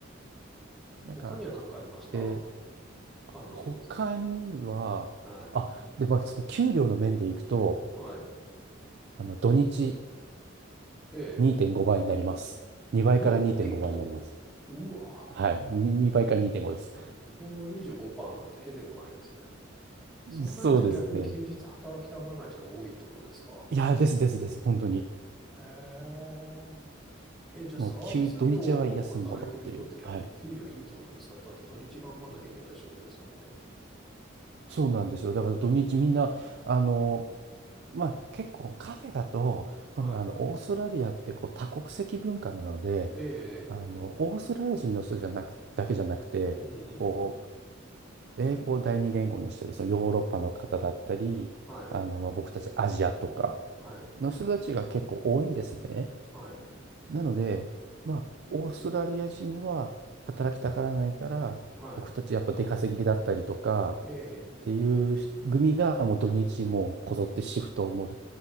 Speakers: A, on the right; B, in the centre.
A: なんか、
B: 他には何かありました
A: で、
B: あ、どうぞどうぞ。
A: 他には、
B: はい、
A: あ、で、まあ、その給料の面でいくと、
B: はい、
A: あの、土日
B: ええ、
A: 2.5倍になります。2倍から2.5倍になります。
B: 2.5? うわ、
A: はい。に2倍から2.5です。
B: 日本の25%なんてへでもないですね。そんなにじゃあ逆に休日働きたがらない人が多いってことですか。
A: そうですね。いや、ですですです、本当に。
B: へえ。え、じゃあサービス業を働いてる人って逆に給料いいってことですかだって土日頑張んなきゃいけない仕事ですもんね。
A: もう、休、土日は休むものっていう。はい。そうなんですよ。だから土日みんな、あの、まあ、結構カフェだと、この、
B: はい。
A: あの、オーストラリアってこう多国籍文化なので、
B: ええ、
A: あの、オーストラリア人の人じゃなく、だけじゃなくて、
B: うん。
A: こう、英語を第二言語にしてる、そのヨーロッパの方だったり、
B: はい。
A: あの、まあ、僕たちアジアとか
B: はい。
A: の人たちが結構多いんですね。
B: はい。
A: なので、まあ、オーストラリア人は働きたがらないから、
B: はい。
A: 僕たちやっぱ出稼ぎだったりとか
B: ええ、
A: っていう組がもう土日もうこぞってシフトをもう